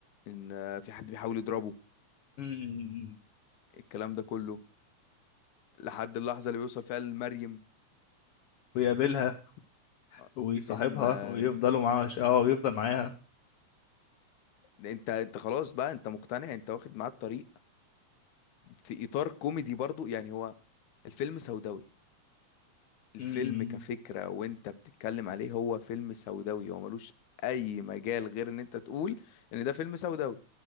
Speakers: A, on the left (about 80°); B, on the left (about 70°).
A: ان آه، في حد بيحاول يضربه
B: أمم.
A: الكلام ده كله لحد اللحظه اللي بيوصل فيها لمريم
B: ويقابلها
A: آه،
B: ويصاحبها
A: فيلم آه،
B: ويفضلوا معاها ش- اه ويفضل معاها
A: انت انت خلاص بقى انت مقتنع انت واخد معاه الطريق في اطار كوميدي برضو يعني هو الفيلم سوداوي الفيلم
B: أمم.
A: كفكرة وانت بتتكلم عليه هو فيلم سوداوي هو ملوش اي مجال غير ان انت تقول ان ده فيلم سوداوي